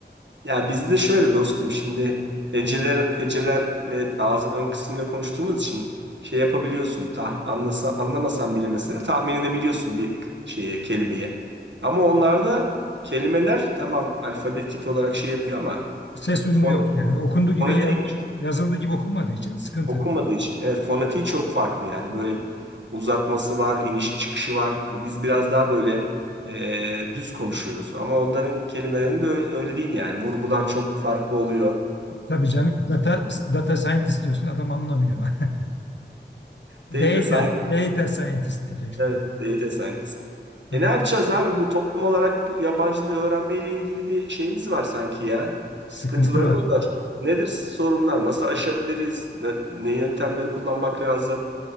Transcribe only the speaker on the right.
Ya bizde şöyle dostum şimdi heceler heceler ve ağzın ön kısmıyla konuştuğumuz için şey yapabiliyorsun. Tah, anlasa, anlamasan bile mesela tahmin edebiliyorsun bir k- şeye kelimeye. Ama onlarda kelimeler tamam alfabetik olarak şey yapıyor ama
fon,
fonetiği
okunmadığı için. Evet fonetiği çok farklı yani böyle uzatması var, inişi çıkışı var. Hani biz biraz daha böyle e, düz konuşuyoruz ama onların kelimelerinde öyle, öyle değil yani. Vurgular çok farklı oluyor.
Data scientist.
Evet, data scientist.
E ne yapacağız abi? Bu toplum olarak bu yabancı dil öğrenmeyle ilgili bir şeyimiz var sanki ya.
Sıkıntılarımız
var. Nedir sorunlar? Nasıl aşabiliriz? Ne, ne yöntemleri kullanmak lazım?